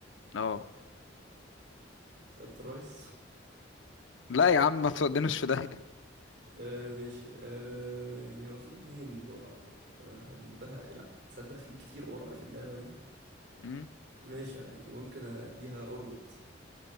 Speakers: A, on the left; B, on the right.
A: اه
B: سيادة الرئيس
A: لا يا عم ما تودناش في ده
B: <laughs> آه ماشي آه يعني هو في اتنين قرع فهدبها لا تصدق في كتير قرع في اللعبة دي
A: مم؟
B: ماشي يعني ممكن اديها ارجوت